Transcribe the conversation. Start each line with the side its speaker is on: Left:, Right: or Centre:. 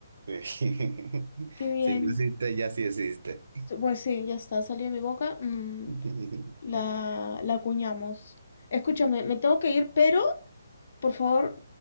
Right: Sí. <laughs>
Left: Qué bien.
Right: Si no existe, ya sí existe.
Left: Pues sí, ya está, salió de mi boca. mm,
Right: <laughs>
Left: la, la acuñamos. Escúchame, me tengo que ir, pero por favor,